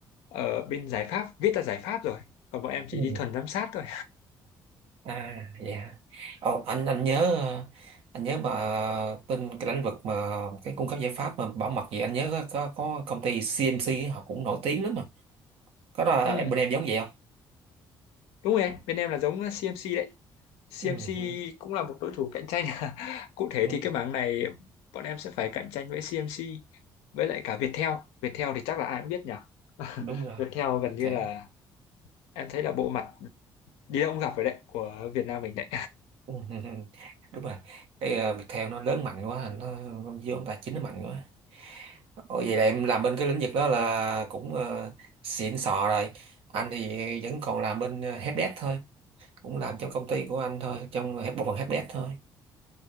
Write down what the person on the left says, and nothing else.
ở bên giải pháp viết là giải pháp rồi còn bọn em
chỉ đi thuần giám sát thôi
ừ,
đúng rồi anh bên em là giống CMC đấy CMC
cũng là một đối thủ cạnh tranh <laughs> cụ thể
thì cái mảng này bọn em sẽ phải cạnh tranh với CMC với lại cả Viettel Viettel thì chắc là ai cũng biết nhỉ <laughs>
Viettel gần
như là em thấy là bộ mặt đi đâu cũng gặp rồi đấy của Việt Nam mình đấy